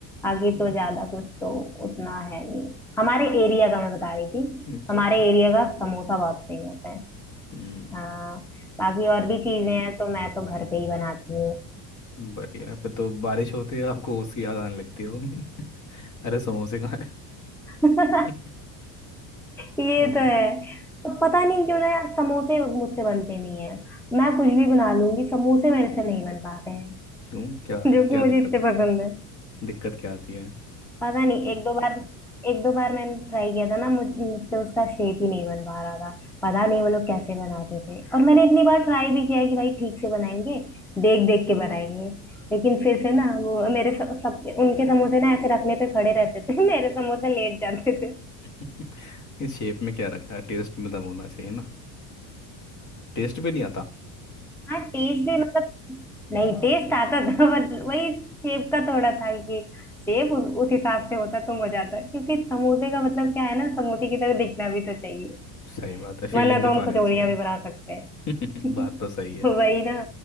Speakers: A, in the centre; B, on the left.
A: आगे
B: हम्म,
A: तो ज्यादा कुछ तो उतना है नहीं हमारे एरिया का मैं बता रही थी
B: अच्छा
A: हमारे
B: अच्छा
A: एरिया का समोसा बहुत फेमस है
B: हम्म
A: हाँ बाकी और भी चीजें हैं तो मैं तो घर पे ही बनाती हूँ
B: बढ़िया है, फिर तो बारिश होती है आपको उसकी याद आने लगती होगी <laughs> अरे समोसे कहाँ है
A: <laughs>
B: <laughs>
A: ये
B: होगा
A: तो है पर पता नहीं क्यों ना यार समोसे मुझसे बनते नहीं है मैं कुछ भी बना लूंगी समोसे मेरे से नहीं बन पाते हैं <laughs>
B: क्यों क्या
A: जो
B: क्या
A: कि मुझे
B: दिक्कत
A: इतने
B: आती
A: पसंद
B: है
A: है
B: दिक्कत क्या आती है
A: पता नहीं एक दो बार एक दो बार मैंने ट्राई किया था ना मुझ मुझसे उसका शेप ही नहीं बन पा रहा था पता नहीं वो लोग कैसे बनाते थे और मैंने इतनी बार ट्राई भी किया है कि भाई ठीक से बनाएंगे देख देख के बनाएंगे लेकिन फिर से ना वो मेरे सब, सब उनके समोसे ना ऐसे रखने पे खड़े रहते थे <laughs> मेरे समोसे लेट जाते
B: <laughs> इस शेप में क्या रखा है टेस्ट में दम होना चाहिए ना टेस्ट भी नहीं आता
A: हाँ टेस्ट भी मतलब नहीं टेस्ट आता था <laughs> बट वही शेप का थोड़ा था कि शेप उस, उस हिसाब से होता तो मजा आता क्योंकि समोसे का मतलब क्या है ना समोसे
B: हम्म,
A: की तरह दिखना भी तो चाहिए
B: सही बात है फीलिंग
A: वरना तो
B: भी तो
A: हम
B: आनी
A: कचौड़ियाँ
B: चाहिए
A: भी बना सकते
B: <laughs>
A: हैं
B: बात तो सही
A: <laughs>
B: है
A: वही ना